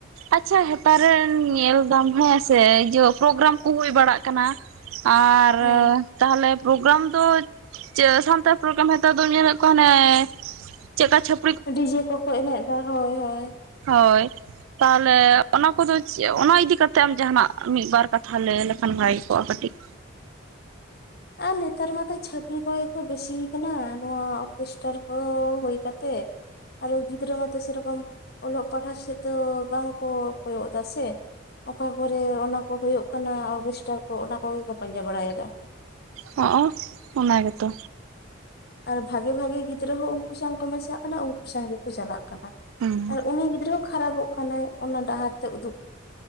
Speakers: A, on the right; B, on the left.
A: ᱟᱪᱪᱷᱟ ᱦᱮᱛᱟᱨ ᱨᱮᱱ ᱧᱮᱞ ᱫᱟᱢ ᱦᱮᱸᱥᱮ ᱤᱭᱟᱹ ᱯᱨᱳᱜᱨᱟᱢ ᱠᱚ ᱦᱩᱭ ᱵᱟᱲᱟᱜ ᱠᱟᱱᱟ ᱟᱨ
B: ᱦᱮᱸ
A: ᱛᱟᱦᱞᱮ ᱯᱨᱳᱜᱨᱟᱢ ᱫᱚ ᱥᱟᱱᱛᱟᱲ ᱯᱨᱳᱜᱨᱟᱢ ᱦᱮᱛᱟᱨ ᱫᱚᱢ ᱧᱮᱞᱮᱫ ᱠᱚᱣᱟ ᱦᱚᱱᱮ ᱪᱮᱫ ᱞᱮᱠᱟ ᱪᱷᱟᱯᱼᱼ
B: ᱰᱤᱡᱮ ᱠᱚᱠᱚ ᱮᱱᱮᱡ ᱫᱟ ᱦᱳᱭ ᱦᱳᱭ᱾
A: ᱦᱳᱭ ᱛᱟᱦᱞᱮ ᱚᱱᱟ ᱠᱚᱫᱚ ᱚᱱᱟ ᱤᱫᱤ ᱠᱟᱛᱮ ᱟᱢ ᱡᱟᱦᱟᱱᱟᱜ ᱢᱤᱫ ᱵᱟᱨ ᱠᱟᱛᱷᱟ ᱞᱟᱹᱭ ᱞᱮᱠᱷᱟᱱ ᱵᱷᱟᱜᱮᱠᱚᱜᱼᱟ ᱠᱟᱹᱴᱤᱡ
B: ᱟᱨ ᱱᱮᱛᱟᱨ ᱢᱟᱛᱚ ᱪᱷᱟᱹᱯᱨᱤ ᱠᱚᱜᱮ ᱠᱚ ᱵᱤᱥᱤ ᱠᱟᱱᱟ ᱱᱚᱣᱟ ᱚᱨᱜᱮᱥᱴᱟᱨ ᱠᱚ ᱦᱩᱭ ᱠᱟᱛᱮᱜ ᱟᱨᱚ ᱜᱤᱫᱽᱨᱟᱹ ᱢᱟᱛᱚ ᱥᱮᱨᱚᱠᱚᱢ ᱚᱞᱚᱜ ᱯᱟᱲᱦᱟᱜ ᱥᱮᱫ ᱫᱚ ᱵᱟᱝ ᱠᱚ ᱠᱚᱭᱚᱜ ᱫᱟ ᱥᱮ ᱚᱠᱟ ᱠᱚᱨᱮ ᱚᱱᱟᱠᱚ ᱦᱳᱭᱳᱜ ᱠᱟᱱᱟ ᱚᱨᱜᱮᱥᱴᱟᱨ ᱠᱚ ᱚᱱᱟ ᱠᱚᱜᱮ ᱠᱚ ᱯᱟᱸᱡᱟ ᱵᱟᱲᱟᱭᱮᱫᱟ᱾
A: ᱦᱚᱸᱜ-ᱚ ᱚᱱᱟ ᱜᱮᱛᱚ᱾
B: ᱟᱨ ᱵᱷᱟᱜᱮ ᱵᱷᱟᱜᱤ ᱜᱤᱫᱽᱨᱟᱹ ᱦᱚᱸ ᱩᱱᱠᱩ ᱥᱟᱶ ᱠᱚ ᱢᱮᱥᱟᱜ ᱠᱟᱱᱟ ᱩᱱᱠᱩ ᱥᱟᱶ ᱜᱮᱠᱚ ᱪᱟᱞᱟᱜ ᱠᱟᱱᱟ᱾
A: ᱦᱩᱸ
B: ᱟᱨ ᱩᱱᱤ ᱜᱤᱫᱽᱨᱟᱹ ᱦᱚᱸ ᱠᱷᱟᱨᱟᱯᱚᱜ ᱠᱟᱱᱟᱭ ᱚᱱᱟ ᱰᱟᱦᱟᱨ ᱛᱮ ᱩᱫᱩᱜᱼᱼ